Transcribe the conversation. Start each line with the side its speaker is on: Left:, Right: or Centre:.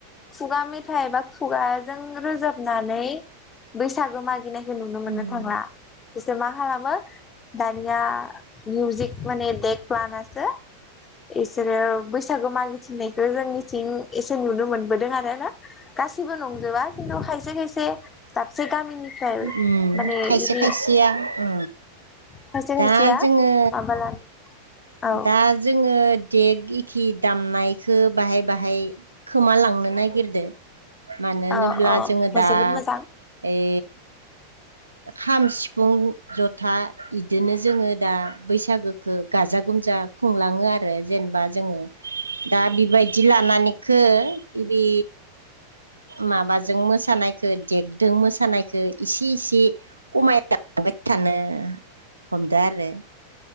Left: खुगा मेथाइ बा खुगाजों रोजाबनानै बैसागो मागिनाय नुनो मोननो
Right: उम
Left: थांला। एसोर मा खालामो दानिया मिउजिक माने देख लानासो इसोरो बैसागु मागिथिंनायखौ जोंनिथिं एसे नुनो मोनबोदों आरो ना गासिबो नंजोबा खिन्थु खायसे खायसे दाबसे गामिनिफ्राय
Right: उम
Left: माने
Right: खायसे
Left: बि
Right: खायसेया उ
Left: खायसे खायसेया
Right: दा जोङो
Left: माबालानो औ
Right: दा जोङो देग एखि दामनायखौ बाहाय बाहाय खोम लांनो नागिरदों मानो
Left: औ
Right: होनोब्ला
Left: औ
Right: जोङो दा
Left: जोबोद मोजां
Right: ओइ खाम सिफुं जथा इदिनो जोङो दा बैसागोखौ गाजा गोम जा खुंलाङो आरो जेनेबा जोङो दा बेबायदि लानानैखो इबि माबाजों मोसानायखौ देगजों मोसानायखौ इसे इसे ए खमायलांबाय थानो हमदो आरो